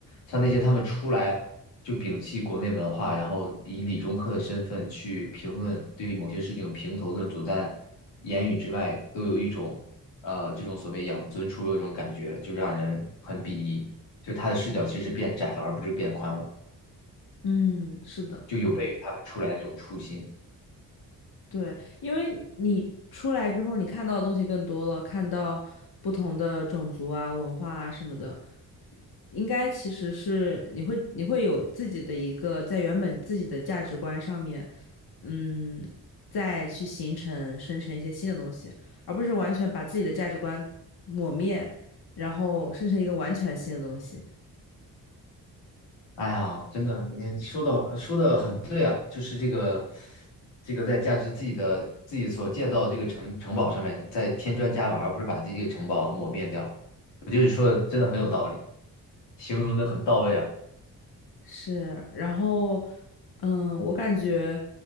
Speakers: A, on the left; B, on the left.
A: 像那些他们出来就摒弃国内文化，然后以理中客的身份去评论，对于某些事情评头论足，但言语之外都有一种。这种所谓养尊处优这种感觉，就让人很鄙夷。就他的视角其实是变窄了，而不是变宽了，
B: 嗯，是的，
A: 就有悖于他们出来的这种初心。
B: 对，因为你出来之后，你看到的东西更多了，看到不同的种族啊、文化啊什么的，应该其实是你会你会有自己的一个在原本自己的价值观上面，嗯，再去形成生成一些新的东西，而不是完全把自己的价值观抹灭，然后生成一个完全新的东西。
A: 哎呀，真的，你说的说的很对啊，就是这个这个在价值自己的自己所建造的这个城城堡上面再添砖加瓦，而不是把自己这个城堡抹灭掉。我觉得你说的真的很有道理，形容的很到位啊。
B: 是，然后嗯，我感觉。